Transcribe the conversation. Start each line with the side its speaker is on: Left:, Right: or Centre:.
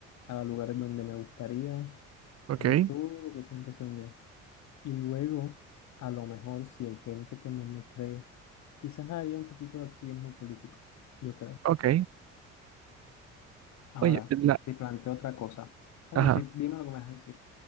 Left: a lugares donde me gustaría,
Right: ¿ok?
Left: haría todo lo que siempre soñé. Y luego, a lo mejor, si hay gente que no me cree, quizás haría un poquito de activismo político, yo creo.
Right: Ok,
Left: Ahora,
Right: oye, la,
Left: te planteo otra cosa. Bueno,
Right: ajá,
Left: sí, dime lo que me vas a decir.